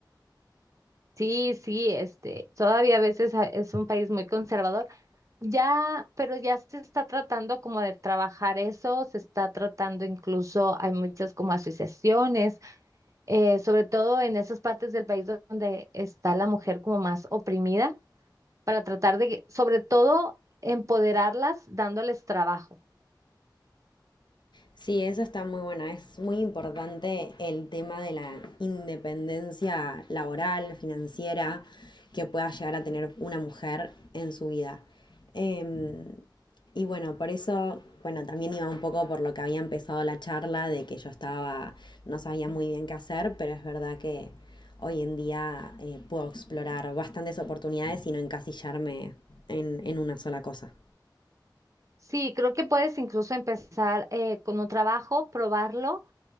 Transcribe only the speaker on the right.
Sí, sí, este, todavía a veces a- es un país muy conservador. Ya, pero ya se está tratando como de trabajar eso, se está tratando incluso, hay muchas como asociaciones, eh, sobre todo en esas partes del país donde está la mujer como más oprimida, para tratar de, sobre todo, empoderarlas dándoles trabajo.
Sí, creo que puedes incluso empezar eh, con un trabajo, probarlo